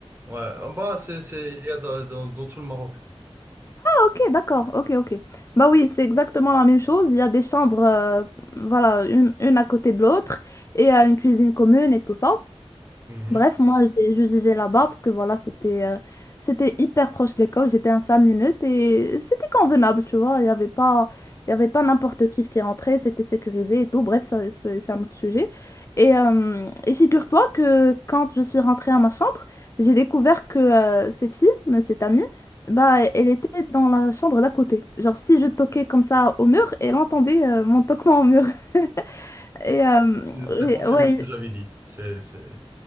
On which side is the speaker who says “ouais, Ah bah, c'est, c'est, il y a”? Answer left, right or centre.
Right